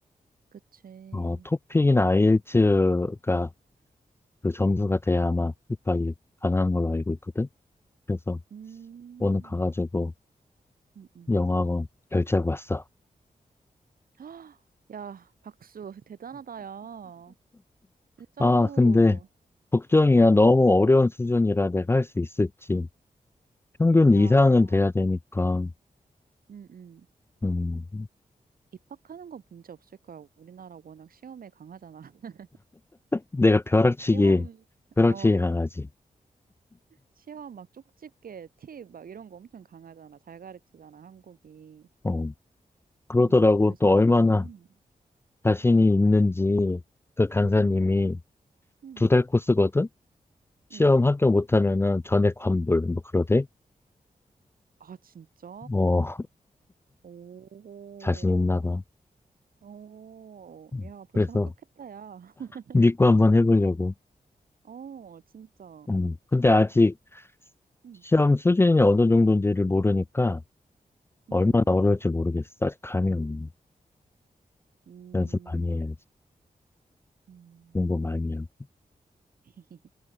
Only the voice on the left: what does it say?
어, 토픽이나 아이엘츠가 그 점수가 돼야 아마 입학이 가능한 걸로 알고 있거든. 그래서
오늘 가가지고
영어학원 결제하고 왔어.
아, 근데 걱정이야.
너무 어려운 수준이라 내가 할 수 있을지. 평균
이상은
돼야 되니까,
음,
내가 벼락치기,
벼락치기
강하지.
어, 그러더라고.
또 얼마나
자신이 있는지 그 강사님이
두 달 코스거든? 시험
합격 못하면은 전액 환불, 뭐 그러대.
어,
자신 있나 봐.
음,
그래서
믿고 한번 해보려고.
음, 근데 아직
시험 수준이 어느 정도인지를 모르니까
얼마나
어려울지 모르겠어. 아직 감이 없네.
연습 많이 해야지.
공부 많이 해야지.